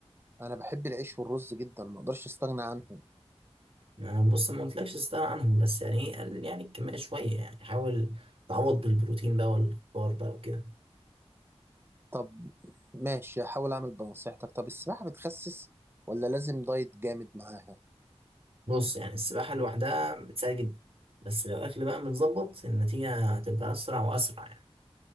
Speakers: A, on the right (about 20°); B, on the right (about 60°).
A: انا بحب العيش والرز جدا ما اقدرش استغنى عنهم
B: ما بص ما قلتلكش تستغنى عنهم بس يعني ايه قلل يعني الكمية شوية يعني حاول تعوض بالبروتين بقى والخضار بقى وكده
A: طب ماشي هحاول اعمل بنصيحتك طب السباحة بتخسس ولا لازم دايت جامد معاها
B: بص يعني السباحة لوحدها بتساعد جدا بس لو الأكل بقى متظبط النتيجة هتبقى أسرع وأسرع يعني